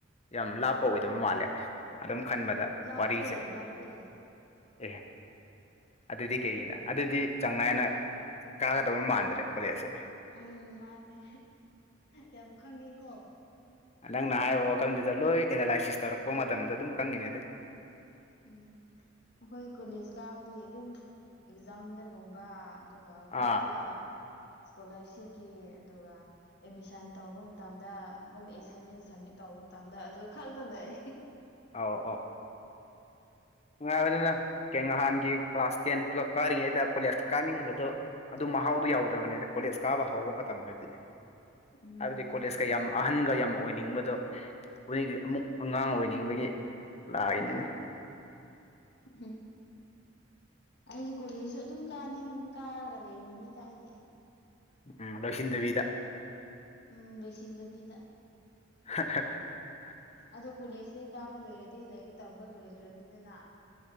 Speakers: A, on the left; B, on the left.
A: ꯌꯥꯝ ꯂꯥꯞꯄ ꯑꯣꯏꯗꯕ ꯃꯥꯜꯂꯦ ꯑꯗꯨꯝ ꯈꯟꯕꯗ
B: ꯂꯥꯄꯦ
A: ꯋꯥꯔꯤꯁꯦ
B: ꯂꯥꯄꯦ
A: ꯑꯦ ꯑꯗꯨꯗꯤ ꯀꯩꯒꯤꯅ ꯑꯗꯨꯗꯤ ꯆꯥꯡ ꯅꯥꯏꯅ ꯀꯥꯒꯗꯕ ꯃꯥꯟꯗ꯭ꯔꯦ ꯀꯣꯂꯦꯖꯁꯦ
B: ꯎꯝ ꯃꯥꯅꯦ ꯌꯥꯝ ꯈꯪꯉꯦꯀꯣ
A: ꯅꯪꯅ ꯍꯥꯏꯔꯤꯕ ꯋꯥꯈꯜꯗꯨꯗ ꯂꯣꯏ ꯑꯦꯅꯥꯂꯥꯏꯁꯤꯁ ꯇꯧꯔꯛꯄ ꯃꯇꯝꯗ ꯑꯗꯨꯝ ꯈꯪꯉꯤꯅꯦ ꯑꯗ
B: ꯎꯝ ꯑꯩꯈꯣꯏ ꯀꯣꯂꯦꯖꯀꯥꯕꯗꯤ ꯑꯗꯨꯝ ꯑꯦꯛꯖꯥꯝꯗꯒꯨꯝꯕ ꯑꯗꯨꯒ ꯐꯨꯝꯐꯤꯂꯥꯞ
A: ꯑꯥ
B: ꯏꯁꯀꯣꯂꯥꯔꯁꯤꯞꯀꯤ ꯑꯗꯨꯒ ꯑꯦꯠꯃꯤꯁꯟ ꯇꯧꯕ ꯃꯇꯝꯗ ꯍꯣꯝ ꯑꯦꯁꯥꯏꯟꯃꯦꯟ ꯁꯕꯃꯤꯠ ꯇꯧꯕ ꯃꯇꯝꯗ ꯑꯗꯨ ꯈꯛꯇ ꯂꯩ
A: ꯑꯣ ꯑꯣ ꯅꯨꯡꯉꯥꯏꯕꯅꯤꯅ ꯀꯩꯅꯣ ꯅꯍꯥꯟꯒꯤ ꯀ꯭ꯂꯥꯁ ꯇꯦꯟ ꯇꯨꯋꯦꯜꯐ ꯀꯥꯔꯤꯉꯩꯗ ꯀꯣꯂꯦꯖꯇ ꯀꯥꯅꯤꯡꯕꯗꯨ ꯑꯗꯨ ꯃꯍꯥꯎꯗꯨ ꯌꯥꯎꯗꯕꯅꯦꯗ ꯀꯣꯂꯦꯖ ꯀꯥꯕ ꯍꯧꯕ ꯃꯇꯝꯗꯗꯤ
B: ꯎꯝ
A: ꯍꯥꯏꯕꯗꯤ ꯀꯣꯂꯦꯖ ꯀꯌꯥꯝ ꯑꯍꯟꯒ ꯌꯥꯝ ꯑꯣꯏꯅꯤꯡꯕꯗꯣ ꯍꯨꯏꯒꯤ ꯑꯃꯨꯛ ꯑꯉꯥꯡ ꯑꯣꯏꯅꯤꯡꯕꯒꯤ ꯂꯥꯛꯏꯅꯤꯅꯦ
B: ꯎꯝ ꯑꯩꯁꯦ ꯀꯨꯂꯤꯁꯨ ꯑꯗꯨꯝ ꯀꯥꯅꯤꯡ ꯀꯥꯔꯒ ꯂꯩꯅꯤꯡꯉꯤꯗ ꯑꯩꯗꯤ
A: ꯎꯝ ꯂꯣꯏꯁꯤꯟꯗꯕꯤꯗ
B: ꯎꯝ ꯂꯣꯏꯁꯤꯟꯗꯕꯤꯗ
A: <unintelligible>
B: ꯑꯗꯣ ꯀꯨꯂꯩꯁꯁꯦ ꯀꯥꯕ ꯂꯣꯏꯔꯗꯤ ꯂꯥꯏꯔꯤꯛ ꯇꯝꯕ ꯂꯣꯏꯈ꯭ꯔꯅꯤꯗꯅ